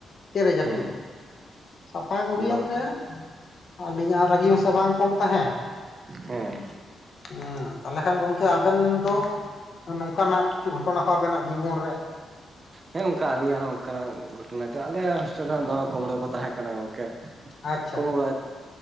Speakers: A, on the left; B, on the right.
A: ᱪᱮᱨᱮ ᱡᱟᱹᱯᱤᱫᱟ
B: ᱦᱮᱸ
A: ᱥᱟᱯᱷᱟ ᱜᱮ ᱦᱩᱭᱮᱱ
B: ᱚᱱᱟ
A: ᱛᱟᱭᱟ᱾ ᱟᱹᱞᱤᱧᱟᱜ ᱨᱟᱹᱜᱤ ᱦᱚᱸ ᱥᱮ ᱵᱟᱝ ᱠᱚᱢ ᱛᱟᱦᱮᱸᱱ᱾
B: ᱦᱮᱸ
A: ᱩᱸᱻ ᱛᱟᱦᱟᱞᱮ ᱠᱷᱟᱱ ᱜᱚᱝᱠᱮ ᱟᱵᱮᱱ ᱫᱚ? ᱱᱚᱝᱠᱟᱱᱟᱜ ᱠᱤᱪᱷᱩ ᱜᱷᱚᱴᱚᱱᱟ ᱠᱚ ᱟᱵᱮᱱᱟᱜ ᱡᱤᱵᱚᱱ ᱨᱮ?
B: ᱦᱮᱸ ᱚᱱᱠᱟ ᱟᱞᱤᱧᱟᱜ ᱦᱚᱸ ᱚᱱᱠᱟᱱᱟᱜ ᱜᱷᱚᱴᱚᱱᱟ ᱟᱞᱮ ᱦᱳᱥᱴᱮᱞ ᱨᱮ ᱦᱚ ᱫᱚᱢᱮ ᱠᱩᱢᱲᱩ ᱠᱚ ᱛᱟᱦᱮᱸ ᱠᱟᱱᱟ ᱜᱚᱝᱠᱮ᱾
A: ᱟᱪᱪᱷᱟ,
B: ᱠᱩᱢᱵᱽᱲᱩ